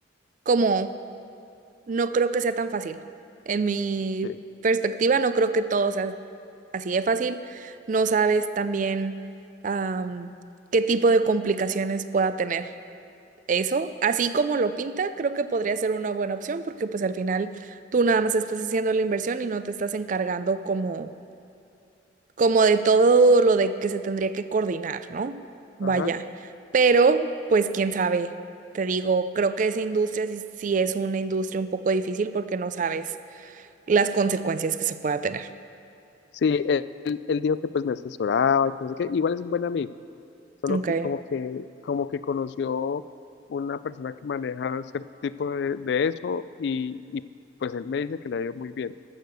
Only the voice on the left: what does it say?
Sí.
Ajá.
Sí, él, él él dijo que pues me asesoraba y que no sé qué. Igual es un buen amigo. solo
que como que, como que conoció una persona que maneja cierto tipo de, de eso y, y pues él me dice que le ha ido muy bien.